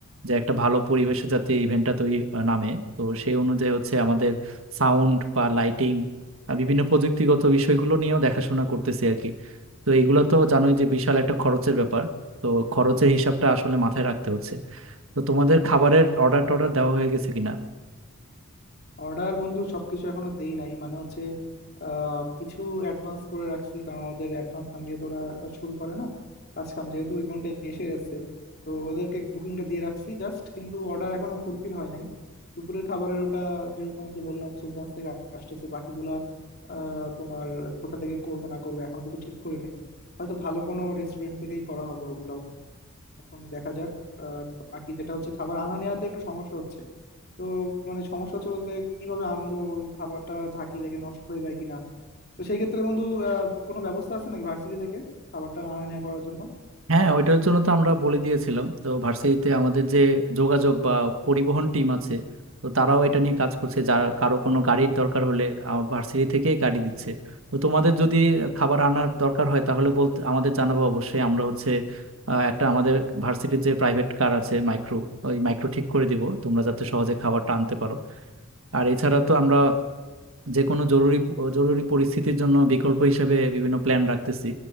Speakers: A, on the right; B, on the left.
A: যে একটা ভালো পরিবেশে যাতে ইভেন্টটা তৈরি আহ, নামে তো সেই অনুযায়ী হচ্ছে আমাদের সাউন্ড বা লাইটিং বিভিন্ন প্রযুক্তিগত বিষয়গুলো নিয়েও দেখাশোনা করতেছি আর কি তো এগুলো তো জানোই যে বিশাল একটা খরচের ব্যাপার তো খরচের হিসাবটা আসলে মাথায় রাখতে হচ্ছে তো তোমাদের খাবারের অর্ডার টর্ডার দেওয়া হয়ে গেছে কিনা
B: অর্ডার বন্ধু সবকিছু এখনো দেই নাই মানে হচ্ছে আহ, কিছু অ্যাডভান্স করে রাখছি কারণ ওদের অ্যাডভান্স না দিয়ে তো ওরা শুরু করে না কাজ কাম যেহেতু ইভেন্টে এসে গেছে তো ওদেরকে বুকিংটা দিয়ে রাখছি জাস্ট কিন্তু অর্ডার এখনো ফুলফিল হয় নাই দুপুরের খাবারের ওটা যেহেতু তোমাকে বললাম সুলতান থেকে আসতেছে বাকিগুলা আহ, তোমার কোথা থেকে করবো না করবো এখনো কিছু ঠিক করি নাই হয়তো ভালো কোনো রেস্টুরেন্ট থেকেই করা হবে ওগুলো এখন দেখা যাক আর বাকি যেটা হচ্ছে খাবার আনা নেওয়াতে একটু সমস্যা হচ্ছে তো মানে সমস্যা হচ্ছে বলতে কিভাবে আনবো ওই খাবারটা ঝাঁকি লেগে নষ্ট হয়ে যায় কিনা তো সেই ক্ষেত্রে বন্ধু আহ, কোনো ব্যবস্থা আছে নাকি ভার্সিটি থেকে খাবারটা আনা নেওয়া করার জন্য
A: হ্যাঁ ওইটার জন্য তো আমরা বলে দিয়েছিলাম তো ভার্সিটিতে আমাদের যে যোগাযোগ বা পরিবহন টিম আছে তো তারাও এটা নিয়ে কাজ করছে যারা কারো কোনো গাড়ির দরকার হলে ভার্সিটি থেকেই গাড়ি দিচ্ছে তো তোমাদের যদি খাবার আনার দরকার হয় তাহলে বলতে আমাদের জানাবো অবশ্যই আমরা হচ্ছে আহ, একটা আমাদের ভার্সিটির যে প্রাইভেট কার আছে মাইক্রো ওই মাইক্রো ঠিক করে দিব তোমরা যাতে সহজে খাবারটা আনতে পারো আর এছাড়া তো আমরা যে কোনো জরুরি প- জরুরি পরিস্থিতির জন্য বিকল্প হিসেবে বিভিন্ন প্ল্যান রাখতেছি